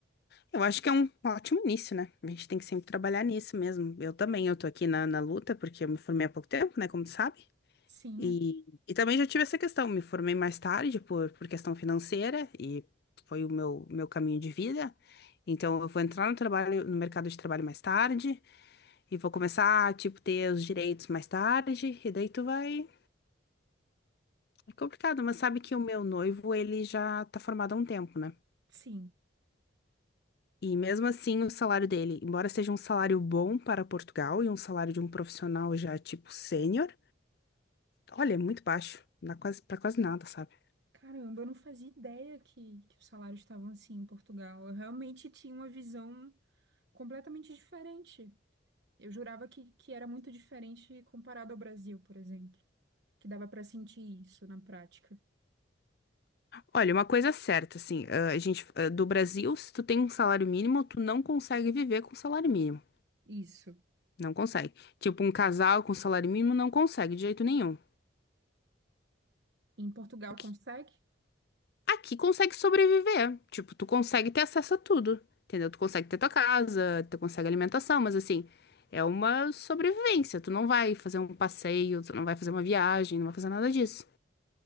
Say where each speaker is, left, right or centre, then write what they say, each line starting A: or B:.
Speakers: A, on the left; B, on the right.
A: Eu acho que é um ótimo início, né? A gente tem que sempre trabalhar nisso mesmo. Eu também, eu tô aqui na, na luta, porque eu me formei há pouco tempo, né? Como tu sabe.
B: Sim,
A: E, e também já tive essa questão, me formei mais tarde por, por questão financeira e foi o meu, meu caminho de vida. Então eu vou entrar no trabalho, no mercado de trabalho mais tarde e vou começar a, tipo, ter os direitos mais tarde e daí tu vai... É complicado, mas sabe que o meu noivo, ele já tá formado há um tempo, né?
B: sim.
A: E mesmo assim, o salário dele, embora seja um salário bom para Portugal e um salário de um profissional já, tipo, sênior, olha, é muito baixo, não dá quase, para quase nada, sabe?
B: Caramba, eu não fazia ideia que, que os salários estavam assim em Portugal. Eu realmente tinha uma visão completamente diferente. Eu jurava que, que era muito diferente comparado ao Brasil, por exemplo. Que dava pra sentir isso na prática.
A: Olha, uma coisa é certa, assim, ah, a gente, ah, do Brasil, se tu tem um salário mínimo, tu não consegue viver com salário mínimo.
B: Isso.
A: Não consegue. Tipo, um casal com salário mínimo não consegue de jeito nenhum.
B: E em Portugal
A: Aqui,
B: consegue?
A: aqui consegue sobreviver. Tipo, tu consegue ter acesso a tudo. Entendeu? Tu consegue ter tua casa, tu consegue alimentação, mas assim, é uma sobrevivência. Tu não vai fazer um passeio, tu não vai fazer uma viagem, não vai fazer nada disso.